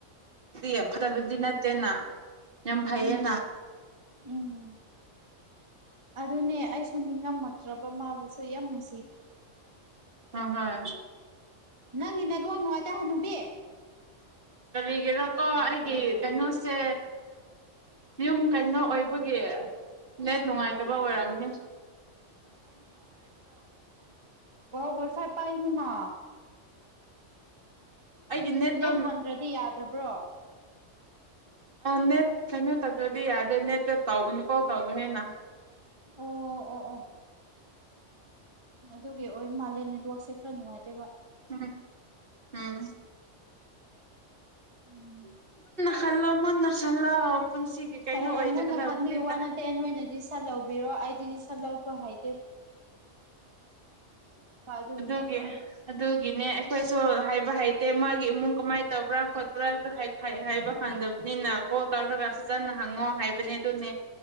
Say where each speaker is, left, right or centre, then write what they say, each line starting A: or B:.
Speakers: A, on the right; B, on the right.
A: ꯌꯥꯝ ꯐꯠꯇꯕꯗꯤ ꯅꯠꯇꯦꯅ ꯌꯥꯝ ꯐꯩꯌꯦꯅ
B: ꯎꯝ ꯎꯝ ꯑꯗꯨꯅꯦ ꯑꯩꯁꯨ ꯅꯤꯡꯉꯝꯃꯛꯇ꯭ꯔꯕ ꯃꯥꯕꯨꯁꯨ ꯌꯥꯝ ꯅꯨꯡ
A: ꯑꯝ ꯍꯝ
B: ꯅꯪꯒꯤ ꯅ‌ꯦꯋꯥ ꯅꯨꯡꯉꯥꯏꯇꯍꯅꯨꯕꯦ
A: ꯀꯔꯤꯒꯤꯔ‌ꯥꯀꯣ ꯑꯩꯒꯤ ꯀꯩꯅꯣꯁꯦ ꯌꯨꯝ ꯀꯩꯅꯣ ꯑꯣꯏꯕꯒꯤ ꯅ‌ꯦꯠ ꯅꯨꯡꯉꯥꯏꯇꯕꯥ ꯑꯣꯏꯔꯝꯅꯦ
B: ꯑꯣꯒꯁꯥꯏ ꯄꯥꯏꯁꯥ ꯄꯥꯏꯕꯅꯤꯅꯥ
A: ꯑꯩ ꯒꯤꯅ‌ꯦꯀ‌ꯣ
B: ꯅꯦꯠ ꯍꯥꯡꯗ꯭ꯔꯗꯤ ꯌꯥꯗ꯭ꯔꯕ꯭ꯔꯣ
A: ꯑ‌ꯣ ꯅꯦꯠ ꯀꯩꯅꯣ ꯇꯧꯗ꯭ꯔꯗꯤ ꯌꯥꯗꯦ ꯅꯦꯠꯇꯠꯇ ꯇꯧꯕꯒꯅꯤ ꯀꯣꯜ ꯇꯧꯕꯅꯤꯅ
B: ꯑꯣ ꯑꯣ ꯑꯣ ꯑꯗꯨꯒꯤ ꯑꯣꯏ ꯃꯥꯂꯦꯝꯂꯦꯟ ꯅꯦꯠꯋꯥꯛꯁꯦ ꯈꯔ ꯅꯨꯡꯉꯥꯏꯇꯦꯕꯥ
A: ꯎꯝ ꯎꯝ
B: ꯎꯝ
A: <unintelligible> ꯀꯩꯅꯣ
B: ꯍꯦ
A: ꯑꯣꯏꯒꯗꯕꯅꯤꯅ
B: ꯃꯨꯟꯅ ꯈꯟꯕꯤꯌꯨ ꯋꯥ ꯅꯠꯇꯦ ꯅꯣꯏ ꯑꯣꯏꯅꯗꯤ ꯁꯠꯍꯧꯕꯤꯔꯣ ꯑꯩꯗꯤ ꯁꯠꯍꯧꯕ ꯍꯩꯇꯦ ꯑꯗꯨꯒꯤꯅꯦ
A: ꯑꯗꯨꯒꯤ ꯑꯗꯨꯒꯤꯅꯦ ꯑꯩꯈꯣꯏꯁꯨ ꯍꯥꯏꯕ ꯍꯩꯇꯦ ꯃꯥꯒꯤ ꯏꯃꯨꯡ ꯀꯃꯥꯏꯅ ꯇꯧꯕ꯭ꯔꯥ ꯄꯨꯔꯛꯑꯁꯨ ꯍꯩ ꯍꯩꯕ ꯈꯪꯗꯕꯅꯤꯅ ꯀꯣꯜ ꯇꯧꯔꯒ ꯐꯖꯅ ꯍꯪꯉꯣ ꯍꯥꯏꯕꯅꯦ ꯑꯗꯨꯅꯦ